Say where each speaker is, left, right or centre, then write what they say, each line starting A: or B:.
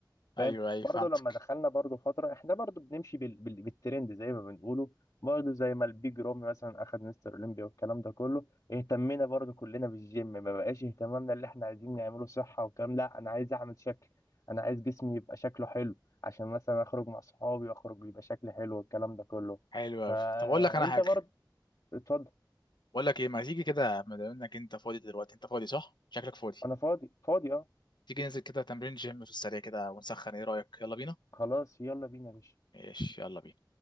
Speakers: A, on the left; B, on the left.
A: ايوه
B: فاهم
A: ايوه
B: برضه
A: فهمتك
B: لما دخلنا برضه فتره احنا برضه بنمشي بال... بال... بالترند زي ما بنقوله برضه زي ما البيج رامي مثلا اخذ مستر اولمبيا والكلام ده كله اهتمينا برضه كلنا بالجيم ما بقاش اهتمامنا اللي احنا عايزين نعمله صحه والكلام لا انا عايز اعمل شكل انا عايز جسمي يبقى شكله حلو عشان مثلا اخرج مع صحابي واخرج يبقى شكلي حلو والكلام ده كله
A: حلو قوي
B: فانت
A: طب اقول لك انا حاجه
B: برضه اتفضل
A: بقول لك ايه ما تيجي كده ما دام انك انت فاضي دلوقتي انت فاضي صح شكلك فاضي
B: انا فاضي فاضي اه
A: تيجي ننزل كده تمرين جيم في السريع كده ونسخن ايه رأيك يلا بينا
B: خلاص يلا بينا يا باشا
A: ماشي يلا بينا